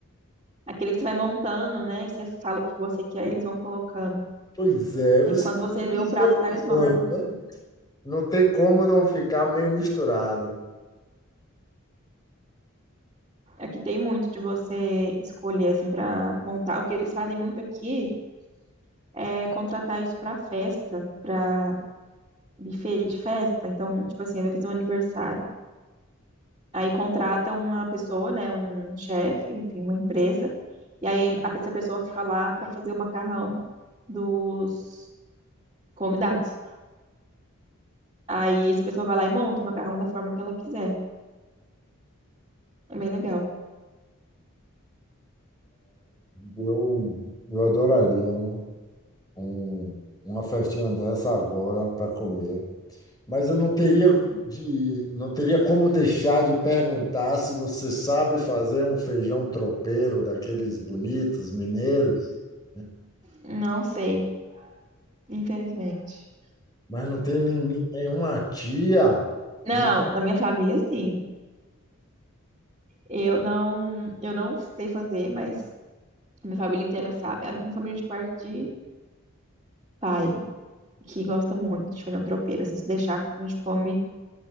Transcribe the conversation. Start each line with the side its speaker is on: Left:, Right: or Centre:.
Right: Aquele que você vai montando, né? Que você fala o que você quer, eles vão colocando.
Left: Pois é,
Right: Aí
Left: você
Right: quando
Left: tem
Right: você vê,
Left: 15
Right: o prato
Left: opções,
Right: tá enorme.
Left: né? Não tem como não ficar meio misturado.
Right: Aqui tem muito de você escolher, assim, para montar. O que eles fazem muito aqui é contratar isso para festa, para buffet de festa. Então, tipo assim, vai fazer um aniversário. Aí contrata uma pessoa, né, um chefe, enfim, uma empresa. E aí a- essa pessoa fica lá para fazer o macarrão dos convidados. Aí essa pessoa vai lá e monta o macarrão da forma que ela quiser. É bem legal.
Left: Eu, eu adoraria, né? um- uma festinha dessa agora para comer. Mas eu não teria de, não teria como deixar de perguntar se você sabe fazer um feijão tropeiro daqueles bonitos mineiros, né?
Right: Não sei, infelizmente.
Left: mas não tem ninguém- nenhuma tia.
Right: Não,
Left: ni-
Right: na minha família, sim. Eu não, eu não sei fazer, mas minha família inteira sabe. A minha família é de parte de pai, que gosta muito de fazer um tropeiro, assim, se deixar, a gente come